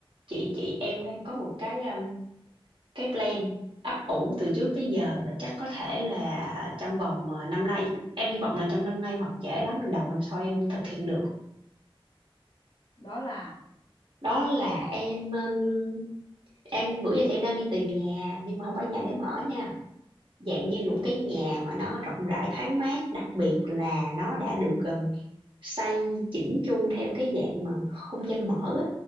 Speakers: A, on the right; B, on the left.
A: chị chị em đang có một cái um, cái plan ấp ủ từ trước tới giờ mà chắc có thể là trong vòng ờ, năm nay em hy vọng là trong năm nay hoặc trễ lắm là đầu năm sau em thực hiện được
B: đó là
A: đó là em um, em bữa giờ thì em đang đi tìm nhà nhưng mà không phải nhà để em ở nha dạng như
B: ừ
A: một cái nhà mà nó rộng rãi thoáng mát đặc biệt là nó đã được um, xây chỉnh chu theo cái dạng mà không gian mở á,